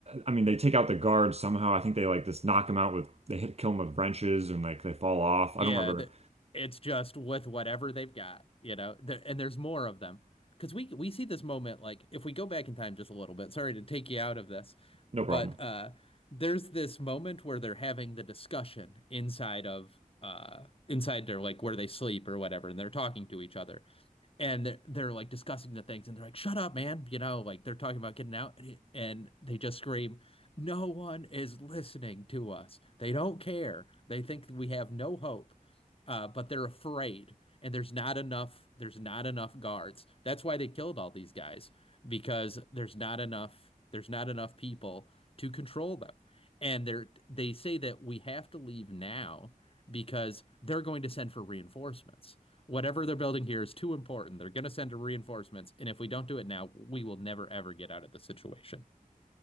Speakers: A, on the right (about 45°); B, on the left (about 40°).
A: I mean they take out the guards somehow. I think they like just knock them out with they hit kill them with wrenches and like they fall off.
B: yeah,
A: I don't remember.
B: th it's just with whatever they've got, you know. There, and there's more of them. Because we we see this moment like if we go back in time just a little bit, sorry to take you out of this,
A: No
B: but
A: problem.
B: uh there's this moment where they're having the discussion inside of uh inside their like where they sleep or whatever and they're talking to each other and they're, they're like discussing the things and they're like shut up man you know like they're talking about getting out and, it- and they just scream no one is listening to us they don't care they think we have no hope uh, but they're afraid and there's not enough there's not enough guards that's why they killed all these guys because there's not enough there's not enough people to control them and they're they say that we have to leave now because they're going to send for reinforcements Whatever they're building here is too important. They're going to send reinforcements, and if we don't do it now, we will never ever get out of the situation.